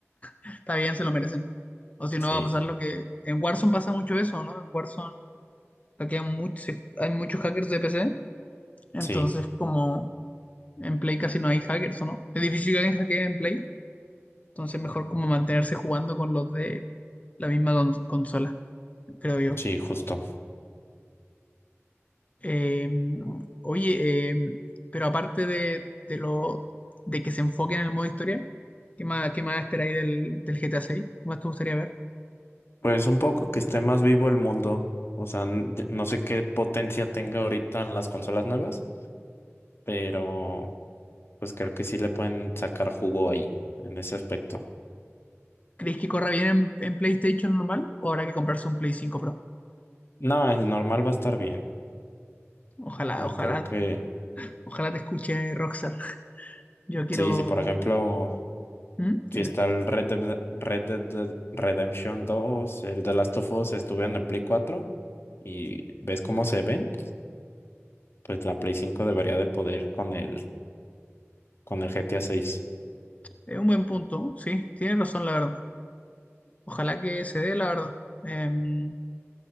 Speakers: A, on the left; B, on the left.
A: Está bien, se lo merecen. O si no
B: Sí,
A: va a pasar lo que... En Warzone pasa mucho eso, ¿no? En Warzone hackean mucho- se- hay muchos hackers de PC. Entonces,
B: sí,
A: como en Play casi no hay hackers, ¿o no? Es difícil que alguien hackee en Play. Entonces, mejor como mantenerse jugando con los de la misma con- consola, creo yo.
B: sí, justo.
A: Eh, oye, eh, pero aparte de, de lo de que se enfoque en el modo historia, ¿qué más, qué más esperáis del, del GTA 6? ¿Qué más te gustaría ver?
B: Pues un poco que esté más vivo el mundo. O sea, n- d- no sé qué potencia tenga ahorita en las consolas nuevas, pero pues creo que sí le pueden sacar jugo ahí, en ese aspecto.
A: ¿Crees que corra bien en, en PlayStation normal o habrá que comprarse un Play 5 Pro?
B: No, el normal va a estar bien.
A: Ojalá,
B: No
A: ojalá,
B: creo que
A: ojalá te escuche Rockstar. Yo quiero...
B: Sí, sí, por ejemplo,
A: ¿Mm?
B: si
A: Dime.
B: está el Red Dead, Red Dead Dead Redemption dos, el The Last of Us estuvieron en Play 4, y ves cómo se ven, pues la Play 5 debería de poder con el, con el GTA seis,
A: Es un buen punto, sí, tienes razón, la verdad. Ojalá que se dé, la verdad. Em,